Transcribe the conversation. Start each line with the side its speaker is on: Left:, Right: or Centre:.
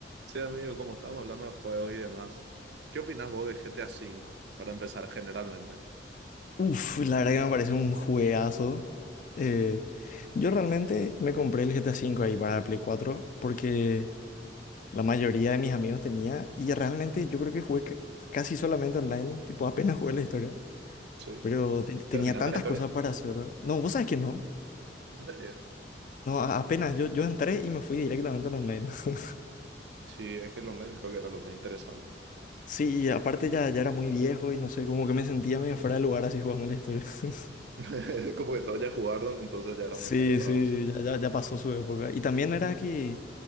Right: Sí, amigo, como estamos hablando de juegos y demás, ¿qué opinás vos de GTA V? Para empezar, generalmente.
Left: Uf, la verdad que me parece un juegazo. Eh, yo realmente me compré el GTA V ahí para la Play 4 porque la mayoría de mis amigos tenía y realmente yo creo que jugué ca- casi solamente online, tipo apenas jugué la historia,
Right: Sí.
Left: pero te- tenía
Right: ¿Terminaste
Left: tantas
Right: la historia?
Left: cosas para hacer. No, vos sabés que no.
Right: ¿En serio?
Left: No, a- apenas yo, yo entré y me fui directamente al online. <laughs>
Right: Sí, es que el online creo que era lo más interesante.
Left: Sí, y aparte ya, ya era muy viejo y no sé, como que me sentía medio fuera de lugar así jugando la historia. <laughs>
Right: <laughs> Como que todos ya jugaron, entonces ya era
Left: Sí,
Right: muy tarde para
Left: sí,
Right: vos.
Left: ya, ya, ya pasó su época. Y también era que